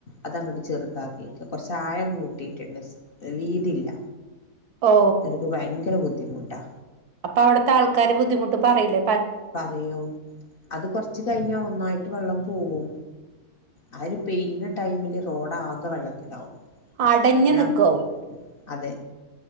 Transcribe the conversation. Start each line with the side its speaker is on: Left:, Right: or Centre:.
Left: അതങ്ങോട്ട് ചെറുതാക്കിയിട്ട് കൊറച്ച് ആഴം കൂട്ടിയിട്ടുണ്ട് വീതില്ല
Right: ഓ
Left: അത് ഭയങ്കര ബുദ്ധിമുട്ടാ
Right: അപ്പൊ അവിടുത്തേ ആൾക്കാര് ബുദ്ധിമുട്ട് പറയില്ലെ
Left: പറയും അത് കൊറച്ച് കഴിഞ്ഞ ഒന്നായിട്ട് വെള്ളം പോവും ആഹ് ഒരു പെയിന്ന ടൈമില് തോടാകെ വെള്ളത്തിലാവും
Right: അടഞ്ഞു
Left: പിന്നെ
Right: നിക്കാവും
Left: അതെ